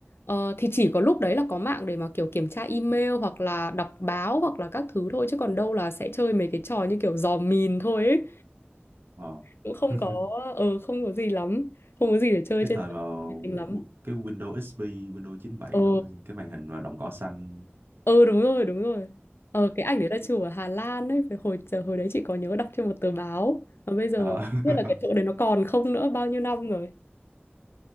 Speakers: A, on the left; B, on the right.
A: Ờ, thì chỉ có lúc đấy là có mạng để mà kiểu kiểm tra email hoặc là đọc báo hoặc là các thứ thôi chứ còn đâu là sẽ chơi mấy cái trò như kiểu dò mìn thôi ấy.
B: ờ.
A: cũng không
B: <laughs>
A: có ờ không có gì lắm không có gì để chơi
B: cái
A: trên
B: thời mà w-
A: máy tính lắm
B: cái Windows XP, Windows 97
A: ờ
B: rồi thì cái màn hình mà đồng cỏ xanh.
A: ờ đúng rồi đúng rồi ờ cái ảnh đấy là chụp ở Hà Lan ấy phải hồi giờ hồi đấy chị có nhớ đọc trên một tờ báo và bây giờ
B: Ờ,
A: không
B: <laughs>
A: biết là cái chỗ đấy nó còn không nữa bao nhiêu năm rồi